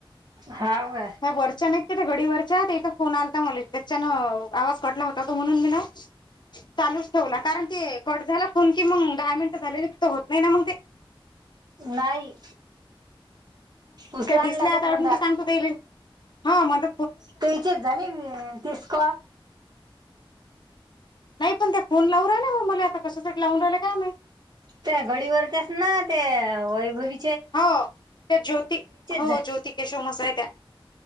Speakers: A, on the right (about 45°); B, on the left (about 50°).
A: हव
B: ह्या वरच्या नाहीत त्या घडी वरच्या एका फोन आलाता मला त्याच्यान आवाज कटला होता म्हणून मी ना चालूच ठेवला कारण ते कट झा कोण क मग दहा मिनटं झाले त तर होत नाही ना मग ते
A: नाही उचला
B: दिसल्याून
A: नाही लागत म्हणतात.
B: सांगतो ह मग
A: तेचे झाले तेसक
B: नाही पण त्या फोन लाव राहि ना मग मला आता कशासाठी लावून राहिलं का नाही
A: त्या घडीवरर त्यास ना ते वैभवी
B: हो त्या ज्योती हो
A: झा
B: ज्योत केेशवमसाय त्या